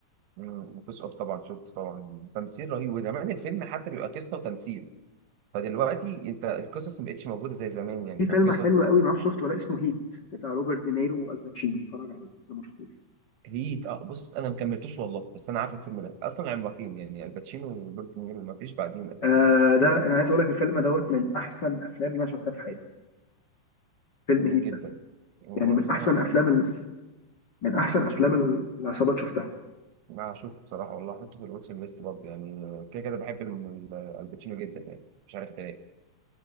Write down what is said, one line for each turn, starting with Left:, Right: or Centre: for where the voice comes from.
Right: مم، وفيس اوف طبعا شفته طبعا تمثيل رهيب وزمان الفيلم حتى بيبقى قصه وتمثيل فدلوقتي انت القصص ما بقتش موجوده زي زمان يعني
Left: في
Right: كان
Left: فيلم
Right: قصص
Left: حلو قوي ما اعرفش شفته ولا اسمه هيت بتاع روبرت دينيرو والباتشينو اتفرج عليه لو ما شفتوش
Right: هيت اه بص انا ما كملتوش والله بس انا عارف الفيلم ده اصلا العملاقين يعني الباتشينو وروبرت نيرو ما فيش بعديهم اساسا
Left: آه
Right: يعني
Left: ده انا عايز اقول لك الفيلم دوت من احسن افلام اللي انا شفتها في حياتي فيلم
Right: جميل
Left: هيت
Right: جدا
Left: ده
Right: هما
Left: يعني من
Right: بصراحه
Left: احسن
Right: بقى-
Left: افلام
Right: آه،
Left: ال- من احسن
Right: هشوف
Left: افلام ال- العصابات شفتها
Right: ما هشوف بصراحه والله احطه في الواتشن ليست برضه يعني كده كده بحب الم- الباتشينو جدا يعني مش عارف ليه